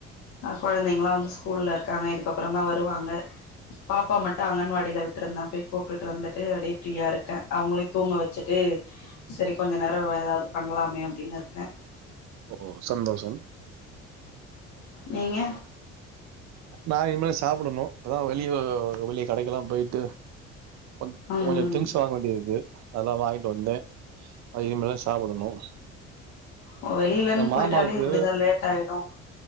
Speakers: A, on the left (about 75°); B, on the right (about 70°).
A: ஆ கொழந்தைங்ளா வந்து ஸ்கூல்லருக்காங்க இதுக்கப்றோ தா வருவாங்க பாப்பா மட்டு அங்கன்வாடில்ல விட்ருந்தே போய் கூப்ட்டுட்டு வந்துட்டு அப்டியே ஃப்ரீயாருக்கே அவுங்களையு தூங்க வச்சுட்டு செரி கொஞ்ச நேரோ‌வேற எதாது பண்லாமே அப்டின்னுருக்கே
B: ஓ சந்தோஷம்
A: நீங்க
B: நா இனிமே சாப்டணு இப்பதா வெளிய வெளிய கடைக்கெல்லா போய்ட்டு கொ
A: ம்
B: கொஞ்ச திங்ஸ் வாங்க வேண்டி இருக்கு அதல்லா வாய்ன்ட்டு வந்தே அது இனிமேதா சாப்டணு
A: ஓ வெளிலன் போய்ட்டாலே
B: மாமாவுக்கு
A: இப்டிதா லேட்டாயிடு